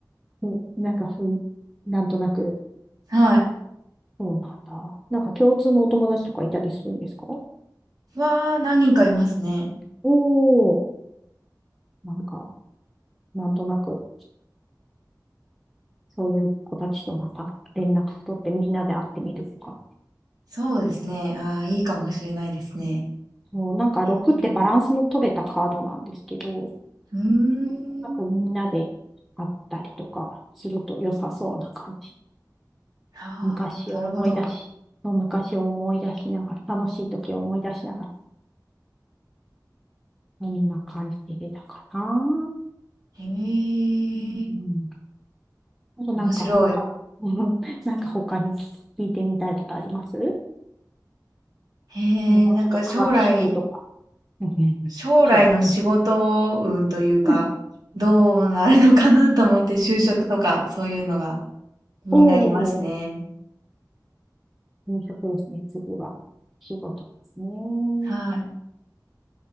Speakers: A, in the centre; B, on the right (about 65°).
A: <laughs> なんかふん、なんとなく
B: はい。
A: そうなんだ。なんか共通のお友達とかいたりするんですか
B: は、何人かいますね。
A: おー、なんか、なんとなく、そういう子たちとまた連絡取ってみんなで会ってみるとか。
B: そうですね。ああ、いいかもしれないですね。
A: そう、なんか6ってバランスの取れたカードなんですけど、
B: へえ、うー
A: なんとなくみんなで会ったりとかすると良さそうな感じ。
B: ん、ああ、
A: 昔を思い出し、
B: なるほど。
A: そう昔を思い出しながら、楽しい時を思い出しながら、そんな感じで出たかな。う
B: へえ、
A: んうんあとなんか他、
B: 面白い。
A: うん <laughs> なんか他に聞聞いてみたいことあります
B: へえ、
A: もうちょっと詳しくとか。
B: なんか将来、
A: うんうんうん将来。
B: 将来の仕事運というか、
A: うんうん
B: どうなるのかなと思って就職とかそういうのが気になりますね。
A: おー、転職ですね。次は仕事ですね。
B: はい。